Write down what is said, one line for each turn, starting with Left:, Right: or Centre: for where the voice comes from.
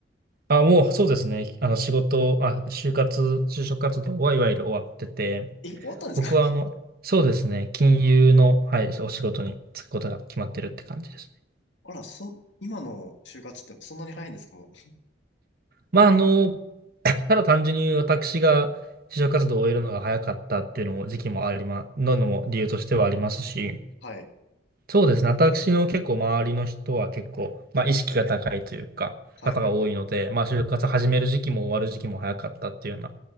Right: あ、もうそうですね、あの仕事、あ、就活、就職活動はいわゆる終わってて、
Left: え、終わったんですか
Right: 僕はあの、
Left: <laughs>
Right: そうですね、金融の、はい、お仕事に就くことが決まってるって感じですね。
Left: あら、そ、今の就活ってそんなに早いんですかもう。
Right: まあ、あの、<clears throat> <laughs> ただ単純に私が就職活動を終えるのが早かったっていうのも時期もありま、ののも理由としてはありますし、
Left: はい。
Right: そうですね、私の結構周りの人は結構、まあ、意識が高いというか、
Left: はいはいはい。
Right: 方が多いので、まあ、就活始める時期も終わる時期も早かったっていうような